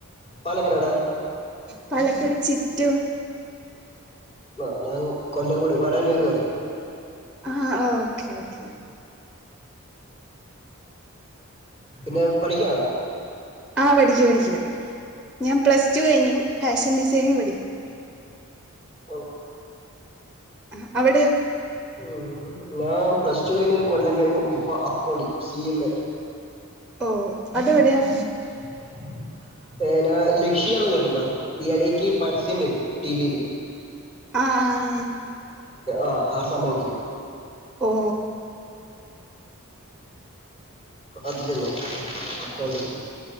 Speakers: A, on the left; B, in the centre.
A: പാലക്കാട് എവിടെ?
B: പാലക്കാട് ചിറ്റൂർ.
A: ആ. ഞാൻ കൊല്ലം കൂട് വാടന്നൂര് പറയും
B: ആ. Okay okay.
A: പിന്നെ. പഠിക്കാണോ?
B: ആ പഠിക്കാ പഠിക്കുക. ഞാൻ പ്ലസ് ടു കഴിഞ്ഞു. ഫാഷൻ ഡിസൈനിങ് പഠിക്ക.
A: ഓ.
B: അ. അവിടെയോ?
A: ഉം. ഞാൻ പ്ലസ് ടു കഴിഞ്ഞ ഒരു കൊല്ലം കഴിഞ്ഞു. ഇപ്പൊ അക്കൗണ്ട് സി എം എ.
B: ഓ. അതെവിടെയാ?
A: <unintelligible> ഏ ഞാ. ലക്ഷ്യന്ന് കേട്ടിണ്ടോ. ഈ ഇടക്ക് പരസ്യം വരും ടിവിൽ.
B: ആ ആ ആ.
A: ആ. ആ സംഭവത്തില്.
B: ഓ. ഓ.
A: അത് തന്നെ. അക്കൗണ്ടിങ്ങ്.